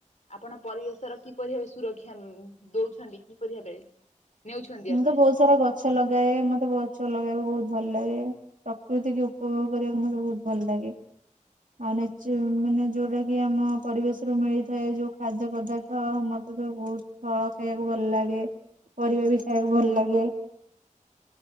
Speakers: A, on the left; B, on the right.
A: ଆପଣ ପରିବେଶର କିପରି ଭାବେ ସୁରକ୍ଷା ଉ ନ ଦଉଛନ୍ତି କିପରି ଭାବେ ନେଉଛନ୍ତି
B: ମୁଁ
A: ଆପଣ
B: ତ ବହୁତ ସାରା ଗଛ ଲଗାଏ ମତେ ଗଛ ଲଗେଇବାକୁ ବହୁତ ଭଲ ଲାଗେ ପ୍ରକୃତିକୁ ଉପଭୋଗ କରିବାକୁ ମତେ ବହୁତ ଭଲ ଲାଗେ ଆଉ ମାନେ ଯୋଉଟା କି ଆମ ପରିବେଶରୁୁ ମିଳିଥାଏ ଯୋଉ ଖାଦ୍ୟ ପଦା ତ ମତେ ତ ବହୁତ ଫଳ ଖାଇବାକୁ ଭଲ ଲାଗେ ପରିବା ବି ଖାଇବାକୁ ଭଲ ଲାଗେ